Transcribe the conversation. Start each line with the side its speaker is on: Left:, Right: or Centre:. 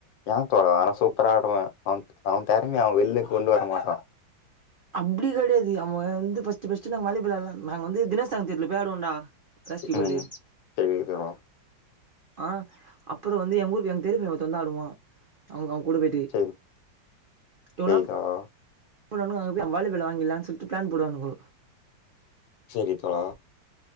Left: ஏ தோழா ஆனா சூப்பரா ஆடுவா அவன் அவன் தெறமய அவன் வெள்ளயே கொண்டு வர மாட்றா
Right: அப்டி கெடையாது அவ வந்து ஃபர்ஸ்டு ஃபர்ஸ்டு நாங் வாலிபால் ஆட்லான் நாங்க வந்து தினசாங் தெருவுல போய் ஆடுவோண்டா ப்ளாஸ்டிக்பாலு
Left: ம் சேரி தோழா
Right: ஆ அப்புறொ வந்து எங்கஊருக்கு எங்க தெரு பைய ஒருத்த வந்து ஆடுவா அவுங் அவுங்க கூட பேயிட்டு
Left: சேரி
Right: இவல்லா
Left: சேரி தோழா
Right: ன்னா பண்ணுவானுங்க அங்க போய் வாலிபால வாங்கிலான் சொல்ட்டு பிளான் போடுவானுங்கோ
Left: செரி தோழா